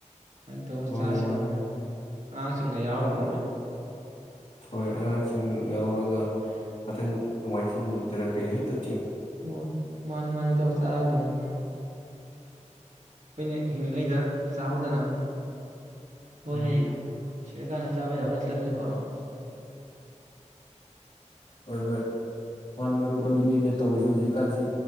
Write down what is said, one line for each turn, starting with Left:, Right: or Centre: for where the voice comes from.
Right: ꯁꯨꯃꯥꯏꯅ ꯇꯧꯔ
Left: ꯃꯥꯅꯤ
Right: ꯆꯥꯁꯤꯦ ꯅꯣꯡꯃ ꯑꯉꯥꯡꯁꯤꯡꯒ ꯌꯥꯎꯔꯒ
Left: ꯎ ꯍꯣꯏ ꯑꯉꯥꯡꯁꯤꯡ ꯌꯥꯎꯔꯒ ꯃꯊꯪ ꯅꯣꯡꯃꯥꯏꯖꯤꯡ ꯅꯨꯃꯤꯠꯇꯔ ꯀꯩꯅꯣ ꯍꯛꯇ
Right: ꯍꯣꯏ ꯃꯥꯅꯤ - ꯃꯥꯅꯤ ꯏꯇꯥꯎ ꯆꯥꯔꯗꯧꯅꯤ ꯫ ꯑꯩꯈꯣꯏꯅ ꯍꯤꯡꯂꯤꯉꯩꯗ ꯆꯥꯛꯍꯥꯎꯗꯅ ꯍꯣꯏ
Left: ꯎꯝ
Right: ꯍꯌꯦꯡ ꯁꯤꯔ ꯀꯥꯟꯗ ꯆꯥꯕꯥ ꯌꯥꯕꯥ ꯅꯥꯠꯇꯝꯅꯤꯅꯥ ꯀꯑꯣ ꯫
Left: ꯍꯣꯏ- ꯍꯣꯏ ꯃꯥꯅꯤ ꯃꯔꯨꯞ ꯑꯗꯨꯅꯤꯅꯦ ꯇꯧꯔꯤꯁꯤ ꯍꯧꯖꯤꯛ ꯀꯥꯟꯁꯤ